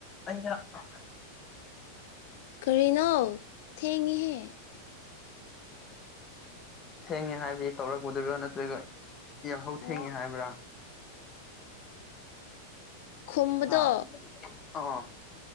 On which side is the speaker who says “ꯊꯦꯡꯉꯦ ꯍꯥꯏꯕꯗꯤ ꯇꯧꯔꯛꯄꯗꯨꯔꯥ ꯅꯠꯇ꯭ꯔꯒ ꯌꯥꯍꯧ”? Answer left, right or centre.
Left